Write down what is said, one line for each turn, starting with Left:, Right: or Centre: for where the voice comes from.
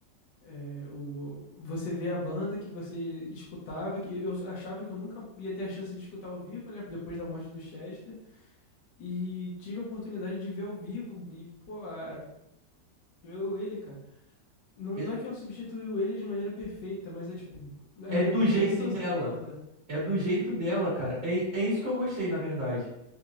Left: é, o, você vê a banda que você escutava, que eu achava que eu nunca ia ter a chance de escutar ao vivo, né? Depois da morte do Chester. E tive a oportunidade de ver ao vivo e, pô, a- eu ele, cara. Não,
Right: E-
Left: não é que ela substituiu ele de maneira perfeita, mas é tipo,
Right: É
Left: ainda
Right: do
Left: tem
Right: jeito
Left: a essência
Right: dela,
Left: da banda.
Right: é do jeito dela, cara. É, é isso que eu gostei, na verdade.